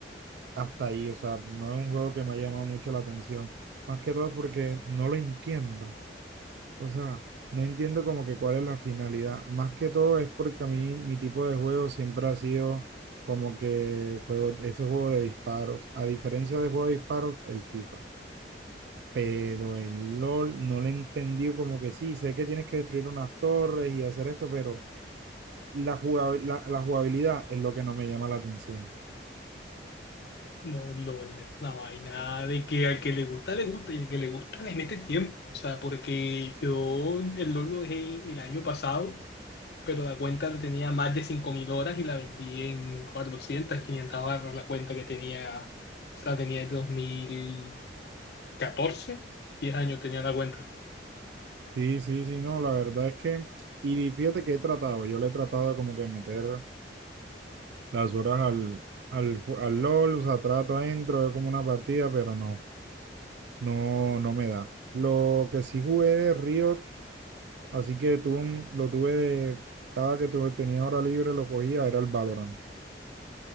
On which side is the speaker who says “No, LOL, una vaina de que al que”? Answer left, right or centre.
Left